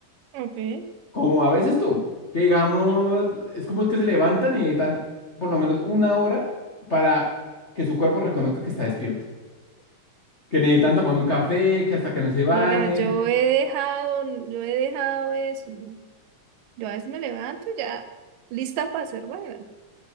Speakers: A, on the right; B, on the left.
A: <laughs>
B: Como a veces tú, que digamos,
A: Ok.
B: es como que se levantan y necesitan por lo menos una hora para que su cuerpo reconozca que está despierto, que necesitan tomar un café, que hasta que no se bañen.
A: Mira, yo he dejado, yo he dejado eso. Yo a veces me levanto y ya lista para hacer vaina.